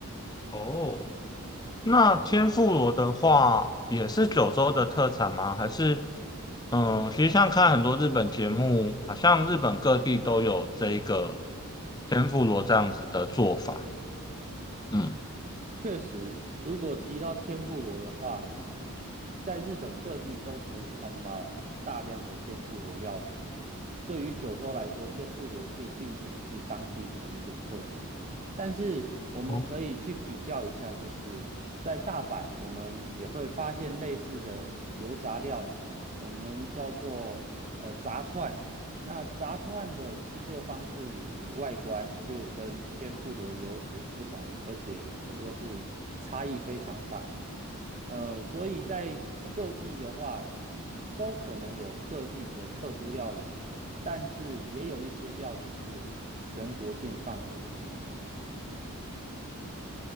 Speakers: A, on the left; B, on the right.
A: 哦，那天妇罗的话，也是九州的特产吗？还是，嗯、呃其实像看很多日本节目，好像日本各地都有这一个天妇罗这样子的做法。嗯，
B: 确实，如果提到天妇罗的话，在日本各地都可以看到大量的天妇罗料对于九州来说，天妇罗就并不是当地的一个特产，但是我们可以去比较一下，
A: 哦
B: 就是在大阪，我们也会发现类似的油炸料理，我们叫做呃炸串。那炸串的制作方式以及外观就跟天妇罗有所不同，而且可说是差异非常大。呃，所以在各地的话，都可能有各地的特殊料理，但是也有一些料理是全国性范围的那一种。